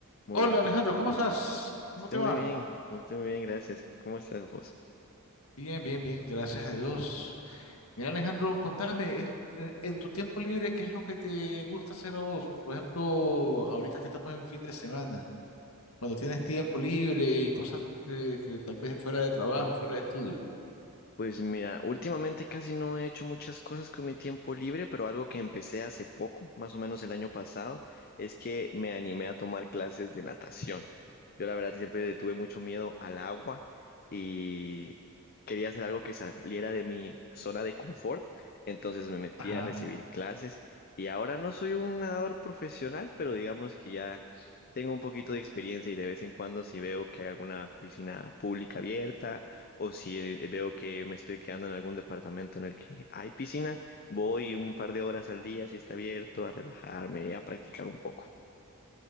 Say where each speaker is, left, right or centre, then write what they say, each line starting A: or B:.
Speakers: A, on the left (about 45°); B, on the left (about 70°).
A: Muy
B: Hola
A: bien, entonces.
B: Alejandro, ¿cómo estás? ¿Cómo
A: Estoy
B: te
A: muy
B: va?
A: bien, estoy muy bien, gracias. ¿Cómo estás vos?
B: Bien, bien, bien, gracias a Dios. Mira Alejandro, contame, es- en en tu tiempo libre, ¿qué es lo que te gusta hacer a vos? Por ejemplo, ahorita que estamos en fin de semana, cuando tienes tiempo libre y cosas eh, que tal vez fuera de trabajo, fuera de estudio.
A: Pues mira, últimamente casi no he hecho muchas cosas con mi tiempo libre, pero algo que empecé hace poco, más o menos el año pasado, es que me animé a tomar clases de natación. Yo la verdad siempre le tuve mucho miedo al agua y quería hacer algo que saliera de mi zona de confort, entonces me metí
B: Ajá.
A: a recibir clases y ahora no soy un nadador profesional, pero digamos que ya tengo un poquito de experiencia y de vez en cuando si veo que hay alguna piscina pública abierta o si eh, veo que me estoy quedando en algún departamento en el que hay piscina, voy un par de horas al día si está abierto a relajarme, a practicar un poco.